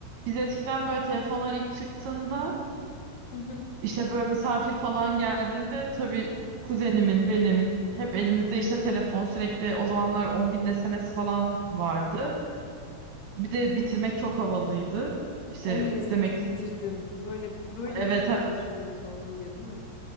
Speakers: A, on the right; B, on the left.
A: Biz eskiden böyle telefonlar ilk çıktığında
B: Hı hı.
A: işte böyle misafir falan geldiğinde tabii kuzenimin benim hep elimizde işte telefon sürekli o zamanlar 10 bin SMS falan vardı. Bir de bitirmek çok havalıydı. İşte
B: 10.000 SMS'i
A: demek
B: bitirdim. Böyle böyle
A: evet
B: mesajlaşıyoruz
A: evet
B: falan diye değil mi?